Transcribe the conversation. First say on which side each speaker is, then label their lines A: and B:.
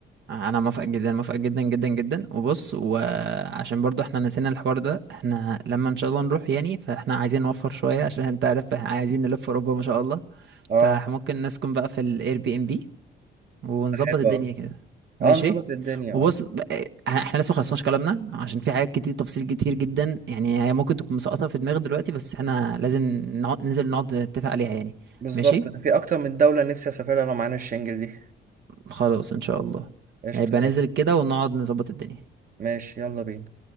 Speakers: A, on the right; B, on the right.
A: انا موافق جدا موافق جدا جدا جدا وبص وعشان برضو احنا نسينا الحوار ده احنا لما ان شاء الله نروح يعني فاحنا عايزين نوفر شوية عشان انت عارف احنا عايزين نلف اوروبا ما شاء الله
B: اه
A: فممكن نسكن بقى في الاير بي ام بي ونظبط
B: حلو
A: الدنيا
B: أوي.
A: كده ماشي
B: اه نظبط الدنيا
A: وبص
B: اه
A: ب- احنا لسه مخلصناش كلامنا عشان في حاجات كتير تفاصيل كتير جدا يعني هي ممكن تكون مسقطة في دماغي دلوقتي بس احنا لازم نقعد ننزل نقعد نتفق عليها يعني
B: بالظبط
A: ماشي
B: ده في اكتر من دولة نفسي اسافرها لو معانا الشنجل دي
A: خلاص ان شاء الله
B: قشطة
A: هيبقى
B: يلا.
A: ننزل كده ونقعد نظبط الدنيا
B: ماشي يلا بينا